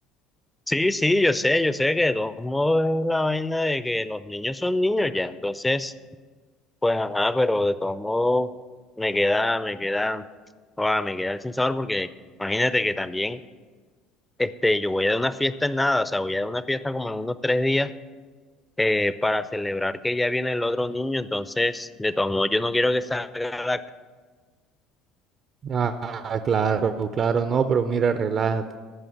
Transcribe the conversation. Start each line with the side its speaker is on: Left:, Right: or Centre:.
Centre: Sí, sí, yo sé, yo sé que de todos modos es la vaina de que los niños son niños ya, entonces, pues ajá, pero de todos modos me queda, me queda, ah, me queda el sin sabor porque imagínate que también, este, yo voy a dar una fiesta en nada, o sea, voy a dar una fiesta como en unos tres días. eh, para celebrar que ya viene el otro niño, entonces, de todos modos, yo no quiero que salga la...
Right: Ah, claro, claro, no, pero mira, relájate.